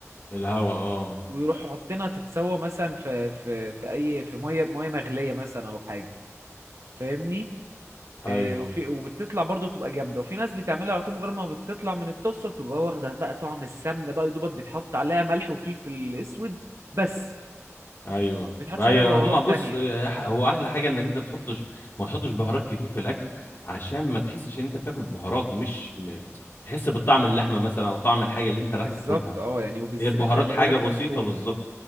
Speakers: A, on the left; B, on the right.
A: الهوا اه
B: ويروحوا حاطينها تتسوى مثلا في في في اي في ميه ميه مغليه مثلا او حاجه فاهمني
A: ايوه
B: إيه، وفي وبتطلع برضه بتبقى جامده وفي ناس بتعملها على طول مجرد ما بتطلع من الطاسه بتبقى واخده بقى طعم السمنه بقى يا دوبك بيتحط عليها ملح وفلفل اسود بس
A: ايوه
B: ما بيتحطش
A: ايوه
B: عليها بهارات
A: هما بص
B: تانية
A: أح- هو احلى حاجه انك انت تحطش ما تحطش بهارات كتير في الاكل عشان ما تحسش ان انت بتاكل بهارات مش م- تحس بطعم اللحمه مثلا او طعم الحاجه اللي انت رايح
B: بالظبط
A: تاكلها
B: اه يعني وبالذات
A: هي البهارات
B: خلي
A: حاجه
B: بالك
A: بسيطه
B: اللحوم
A: بالظبط